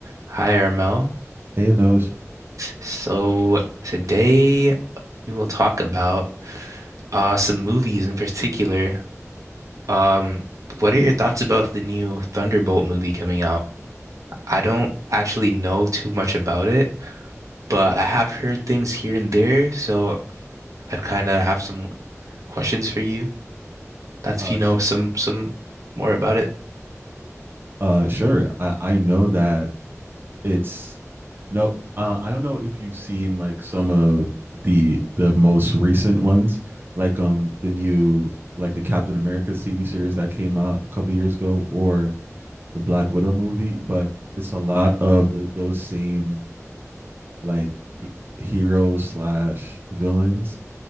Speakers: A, on the right; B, on the right.
A: Hi, Ermo.
B: Hey, Anosh.
A: So today we will talk about uh, some movies in particular. Um, what are your thoughts about the new Thunderbolt movie coming out? I don't actually know too much about it, but I have heard things here and there, so I'd kind of have some questions for you. That's
B: Uh,
A: if you know
B: sh-
A: some some more about it.
B: uh, sure. I, I know that it's no. Uh, I don't know if you've seen like some of the the most recent ones, like um the new like the Captain America TV series that came out a couple years ago, or the Black Widow movie. But it's a lot of the, those same like heroes slash villains